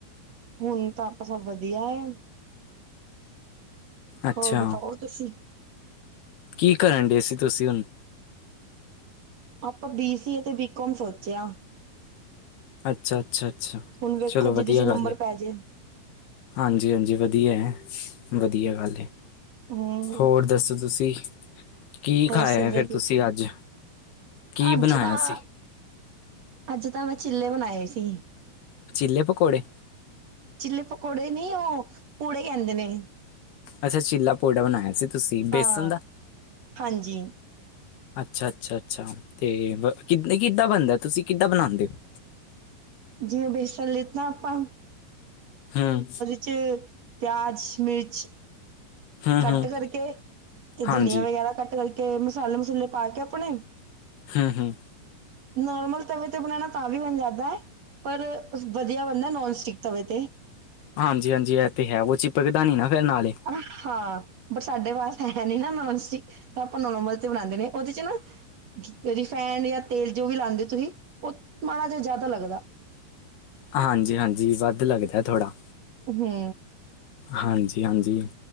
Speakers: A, on the right; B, on the left.
A: ਹੁਣ ਤਾਂ ਆਪਾਂ ਸਭ ਵਧੀਆ ਹੈ।
B: ਅੱਛਾ
A: ਹੋਰ ਬਤਾਓ ਤੁਸੀਂ
B: ਕੀ ਕਰਨ ਡਏ ਸੀ ਤੁਸੀਂ ਹੁਣ?
A: ਆਪਾਂ ਬੀ ਸੀ ਅਤੇ ਬੀਕੋਮ ਸੋਚਿਆ
B: ਅੱਛਾ ਅੱਛਾ ਅੱਛਾ
A: ਹੁਣ ਵੇਖੋ
B: ਚਲੋ ਵਧੀਆ
A: ਜਿਹਦੇ ਚ ਨੰਬਰ
B: ਗੱਲ ਹੈ
A: ਪੈ ਜੇ।
B: ਹਾਂਜੀ ਹਾਂਜੀ ਵਧੀਆ ਹੈ, ਵਧੀਆ ਗੱਲ ਹੈ।
A: ਹਮ
B: ਹੋਰ ਦੱਸੋ ਤੁਸੀਂ? ਕੀ
A: ਹੋਰ
B: ਖਾਇਆ
A: ਬਸ
B: ਫਿਰ
A: ਵਧੀਆ
B: ਤੁਸੀਂ
A: ਜੀ,
B: ਅੱਜ ਕੀ
A: ਅੱਜ
B: ਬਣਾਇਆ
A: ਤਾਂ
B: ਸੀ
A: ਅੱਜ ਤਾਂ ਮੈਂ ਚਿੱਲੇ ਬਣਾਏ ਸੀ।
B: ਚਿੱਲੇੇ ਪਕੌੜੇ
A: ਚਿੱਲੀ ਪਕੌੜੇ ਨੀ ਉਹ ਪੂੜੇ ਕਹਿੰਦੇ ਨੇ।
B: ਅੱਛਾ ਚੀਲਾ ਪੌੜਾ ਬਣਾਇਆ ਸੀ। ਤੁਸੀਂ ਬੇਸਨ
A: ਹਾਂ
B: ਦਾ
A: ਹਾਂਜੀ
B: ਅੱਛਾ ਅੱਛਾ ਅੱਛਾ ਅਤੇ ਕਿੱਦਾਂ ਬਣਦਾ ਤੁਸੀਂ ਕਿੱਦਾਂ ਬਣਾਉਂਦੇ ਹੋ?
A: ਜਿਵੇਂ ਬੇਸਨ ਲੀਤਾ ਨਾ ਆਪਾਂ।
B: ਹਾਂ
A: ਵਿਚ ਪਿਆਜ਼ ਮਿਰਚ
B: ਹੂੰ
A: ਕੱਟ
B: ਹੂੰ
A: ਕਰਕੇ ਤੇ
B: ਹਾਂਜੀ
A: ਧਨੀਆ ਵਗੈਰਾ ਕੱਟ ਕਰਕੇ ਮਸਾਲੇ ਮਸੂਲੇ ਪਾ ਕੇ ਆਪਣੇ
B: ਹੂੰ ਹੂੰ
A: ਨੋਰਮਲ ਤਵੇ ਤੇ ਬਣਾਉਣਾ ਤਾਂ ਵੀ ਬਣ ਜਾਂਦਾ ਹੈ। ਪਰ ਵਧੀਆ ਬੰਦਾ ਨੋਨ ਸਟਿਕ ਤਵੇ ਤੇ।
B: ਹਾਂਜੀ ਹਾਂਜੀ ਇਹ ਤੇ ਹੈ ਉਹ ਚਿਪਕਦਾ ਨੀ ਨਾ ਫਿਰ ਨਾਲੇ।
A: ਹਾਂ ਪਰ ਸਾਡੇ ਵਾਸਤੇ ਹੈ ਨੀ ਨਾ ਨੋਨਸਟੀਕ। ਆਪਾਂ ਨੋਲਮਲ ਤੇ ਬਣਾਉਂਦੇ ਨੇ ਉਹਦੇ ਚ ਨਾ ਰਿਫੈਨਡ ਜਾਂ ਤੇਲ ਜੋ ਵੀ ਲਾਉਂਦੇ ਹੋ ਤੁਸੀਂ ਉਹ ਮਾੜਾ ਜਿਹਾ ਜ਼ਿਆਦਾ ਲੱਗਦਾ।
B: ਹਾਂਜੀ ਹਾਂਜੀ ਵੱਧ ਲੱਗਦਾ ਥੋੜ੍ਹਾ।
A: ਹੂੰ
B: ਹਾਂਜੀ ਹਾਂਜੀ